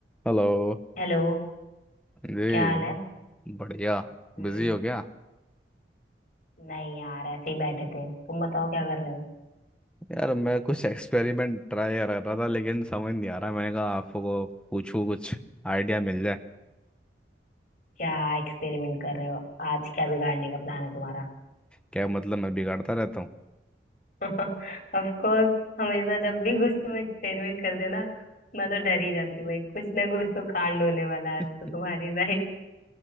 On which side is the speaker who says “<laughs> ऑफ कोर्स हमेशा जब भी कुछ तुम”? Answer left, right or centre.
Left